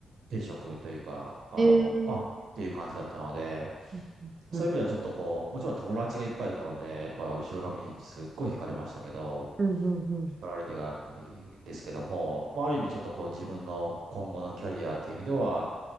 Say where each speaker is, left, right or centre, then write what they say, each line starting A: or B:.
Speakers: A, on the right; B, on the right.
A: 定職というか、あの、
B: えー、
A: あ、っていう感じだったので、
B: うん、
A: そういう意味ではちょっとこう、
B: うん、
A: もちろん友達がいっぱいいたので、やっぱ後ろ髪すっごい惹かれましたけど、
B: うん、うん。
A: 引っ張られてが、ですけども、まあ、ある意味ちょっとこう自分の今後のキャリアっていう意味では、